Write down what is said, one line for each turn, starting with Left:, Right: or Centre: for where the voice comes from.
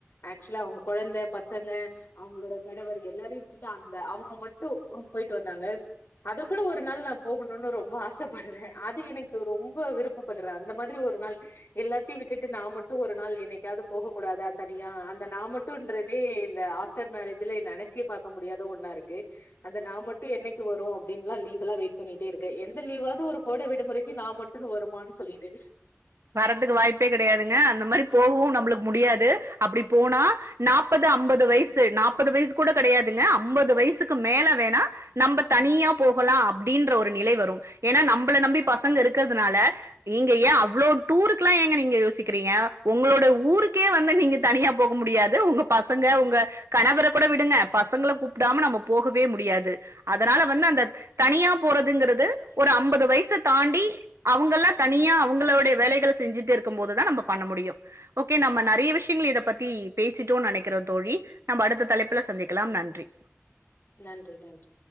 Left: ஆக்சுவலா அவுங்க கொழந்த பசங்க அவுங்களோட கணவர் எல்லாரையும் விட்டுட்டு அந்த அவுங்க மட்டும் போயிட்டு வந்தாங்க அது போல ஒரு நாள் நா போகணும்னு ரொம்ப ஆசை படுறேன் அது எனக்கு ரொம்ப விருப் படுறேன் அந்த மாதிரி ஒரு நாள் எல்லாத்தையும் விட்டுட்டு நா மட் டும் ஒரு நாள் என்னைக்காவது போகக்க கூடாதா தனியா அந்த நா மட்டும்ன்றதே இந்த ஆ ப்டர் மேரேஜ்ல நெனைச்சியே பாக்க முடியாத ஒன்னா இருக்கு அந்த நா மட்டும் என்னைக்கு வரும் அப்டின்னு லீகலா வெயிட் பண்ணிட்டே இருக்கேன் எந்த லீவாது ஒரு கோடை விடுமுறைக்கு நா மட்டும் வருமானான்னு சொல்லிட்டு
Right: வரத்துக்கு வாய்ப்பே கிடையாதுங்க அந்த மாதிரி போகவும் நம்மளுக்கு முடியாது அப்டி போனா நாப்பது அம்பது வயசு நாப்பது வயசு கூட கிடையாதுங்க அம்பது வயசுக்கு மேல வேணா நம்ம தனியா போகலா அப்டின்ற ஒரு நிலை வரும் ஏன்னா நம்மள நம்பி பசங்க இருக்கிறதுனால இங்கயே அவ் அவ்ளோ டூருக்குல்லா ஏங்க நீங்க யோசிக்கிறீங்க உங்களோட ஊருக்கே வந்து நீங்க தனியா போக முடியாது உங்க பச பசங்க உங்க கணவர கூட விடுங்க பசங்கள கூப்டாம நம்ம போகவே முடியாது அதனால வந்து அந்த தனியா போறதுங்றது ஒரு அம்பது வயச தாண்டி அவங்க எல்லாம் தனியா அவங்கள்ளா தனியா அவங்களோடய வேலைகள செஞ்சிட்டு இருக்கும் போது தா நம்ம பண்ண முடியும் ஓகே நம்ம நெறைய விஷ்யங்கள் இத பத்தி பேசிட்டோம்னு நெனைக்றோ தோழி நம்ம அடுத்த தலைப்புல சந்திக்கலாம் நன்றி
Left: நன்றி நன்றி